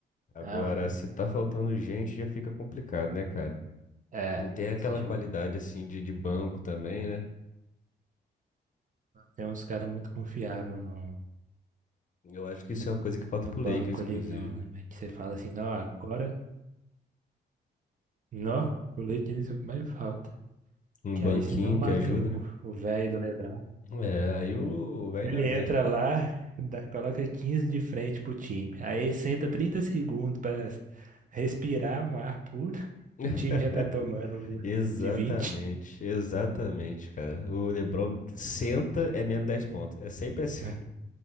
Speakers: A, on the left (about 45°); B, on the right (about 45°).
A: Agora,
B: Aham.
A: se tá faltando gente, já fica complicado, né, cara?
B: É,
A: Não tem aquela
B: esse jogo.
A: qualidade, assim, de, de banco também, né?
B: Tem uns caras muito confiáveis no,
A: Eu acho que
B: no,
A: isso é uma coisa que falta
B: no
A: pro
B: banco
A: Lakers, inclusive.
B: ali, não, né? velho? Que você fala assim, não, agora, não, o leite disso é o que mais falta.
A: Um
B: Que
A: banquinho
B: aí senão mata
A: que ajuda,
B: o
A: né?
B: o velho do Lebrão.
A: É, aí o velho
B: Ele
A: não aguenta.
B: entra lá, dá- coloca 15 de frente pro time. Aí senta 30 segundos pra respirar um ar puro.
A: <laughs>
B: O time já tá tomando
A: Exatamente,
B: de 20.
A: exatamente, cara. O LeBron senta, é menos 10 pontos. É sempre assim.
B: né?